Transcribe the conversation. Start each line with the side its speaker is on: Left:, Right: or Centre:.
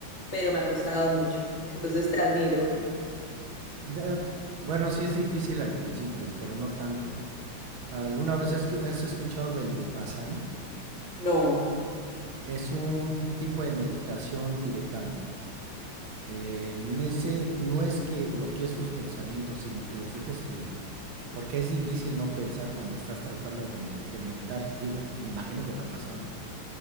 Left: pero me ha costado mucho. Entonces te admiro.
Right: Da- bueno, sí es difícil al principio, pero no tanto. ¿Alguna vez has escu- has escuchado del Vipassana?
Left: No,
Right: Es un tipo de meditación tibetano. Eh, en ese no es que bloquees tus pensamientos, sino que los dejes fluir. Porque es difícil no pensar cuando estás tratando de, med- de meditar. Digo, me imagino que te ha pasado.